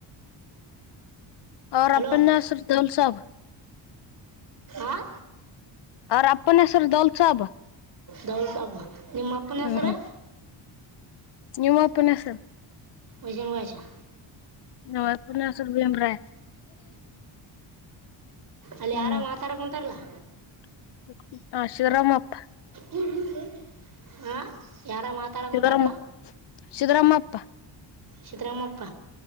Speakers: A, on the left (about 60°); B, on the right (about 45°).
A: ಅವ್ರ
B: ಹಲೋ
A: ಅಪ್ಪನ ಹೆಸರು ದೌಲ್ ಸಾಬ್
B: ಆ <unintelligible>
A: ಅವ್ರ ಅಪ್ಪನ ಹೆಸರು ದೌಲ್ ಸಾಬ್
B: ದೋಲ್ ಸಾಬ್ ನಿಮ್ ಅಪ್ಪನ
A: ಹ್ಮ್
B: ಹೆಸರು
A: ನಿಮ್ಮ ಅಪ್ಪನ ಹೆಸರು
B: ವಜನ್ ಬಾಷಾ
A: ನಮ್ಮ ಅಪ್ಪನ ಹೆಸರು ಭೀಮ್ರಾಯ
B: ಅಲ್ಲಿ
A: ಹ್ಮ್
B: ಯಾರ ಮಾತಾಡ ಕುಂತಾರಲ್ಲಾ
A: <unintelligible> ಶಿವರಾಮಪ್ಪ
B: ಹ್ಮ್ ಹ್ಮ ಹ್ಮ ಹಾ ಯಾರ ಮಾತಾಡಕುಂತಾರಲ
A: ಸಿದ್ದರಾಮ ಸಿದ್ದರಾಮಪ್ಪ
B: ಸಿದ್ರಾಮಪ್ಪ